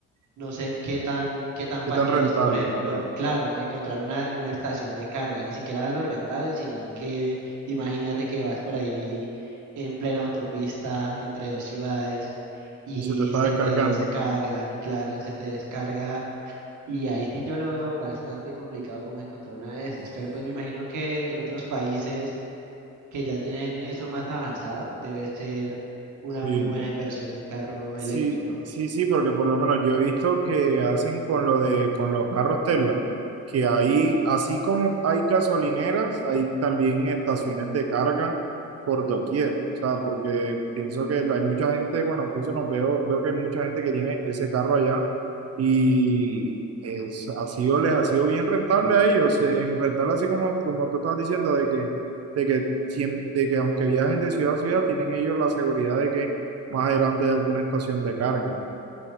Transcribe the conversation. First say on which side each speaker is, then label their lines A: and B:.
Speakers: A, on the right (about 75°); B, on the right (about 55°).
A: no sé qué tan, qué tan
B: ¿Qué
A: fácil
B: tan rentable?
A: es, por ejemplo,
B: Claro.
A: claro, encontrar una, una estación de carga, ni siquiera los rentales, sino que imagínate que vas por ahí en plena autopista entre dos ciudades y
B: Y se te está
A: se
B: descargando.
A: te descarga, claro, se te descarga y ahí sí yo lo veo bastante complicado como encontrar una de esas, pero pues me imagino que en otros países que ya tienen eso más avanzado, debe ser una
B: Sí,
A: muy buena inversión un carro
B: Sí,
A: eléctrico.
B: sí, sí, porque por lo menos yo he visto que hacen con lo de con los carros Tesla, que ahí, así como hay gasolineras, hay también estaciones de carga por doquier. O sea, porque pienso que hay mucha gente, bueno, pienso no veo, veo que hay mucha gente que tiene ese carro allá y es, ha sido, les ha sido bien rentable a ellos, eh, en rentable así como, como tú estás diciendo, de que, de que, siem- de que aunque viajen de ciudad a ciudad, tienen ellos la seguridad de que más adelante hay alguna estación de carga.